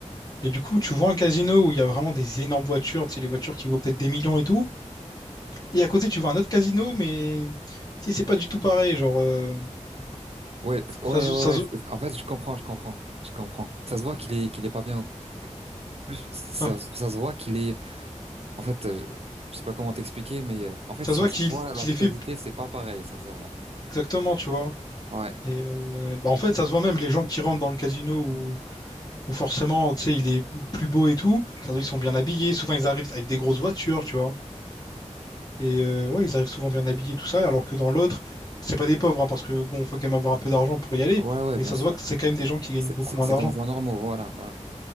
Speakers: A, on the left; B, on the right.
A: Et du coup, tu vois un casino où il y a vraiment des énormes voitures, tu sais, les voitures qui vaut peut-être des millions et tout. Et à côté, tu vois un autre casino, mais tu sais, c'est pas du tout pareil. Genre, euh,
B: Ouais, ouais,
A: ça, se-
B: ouais, ouais.
A: ça, se-
B: c'est- En fait, je comprends, je comprends, je comprends. Ça se voit qu'il est, qu'il est pas bien. au- Plus, ça,
A: enfin,
B: ça se voit qu'il est. En fait, euh, je sais pas comment t'expliquer, mais euh, en fait,
A: ça
B: ça
A: se voit qu'il
B: se voit
A: qu'il
B: la qualité,
A: est fait
B: c'est pas pareil, sincèrement.
A: exactement, tu vois.
B: Ouais,
A: Et euh, bah en fait, ça se voit même, les gens qui rentrent dans le casino où, où forcément, tu sais, il est plus beau et tout, ça se voit qu'ils sont bien habillés, souvent ils arrivent avec des grosses voitures, tu vois. Et euh, ouais, ils arrivent souvent bien habillés, tout ça, alors que dans l'autre, c'est pas des pauvres, hein, parce que bon, faut quand même avoir un peu d'argent pour y aller,
B: ouais, ouais,
A: mais
B: bien
A: ça
B: sûr.
A: se voit que c'est quand même des gens qui gagnent
B: C'est
A: beaucoup
B: c'est-
A: moins
B: c'est
A: d'argent.
B: dans un normaux, voilà, voilà,